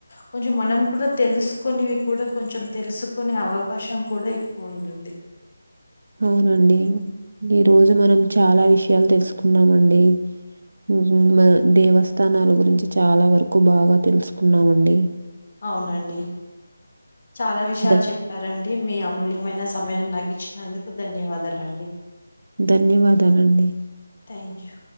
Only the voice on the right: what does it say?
అవునండి ఈ రోజు మనం చాలా విషయాలు తెలుసుకున్నామండి ఉ హమ్ మా దేవస్థానాల గురించి చాలా వరకు బాగా తెలుసుకున్నామండి
ధ
ధన్యవాదాలండి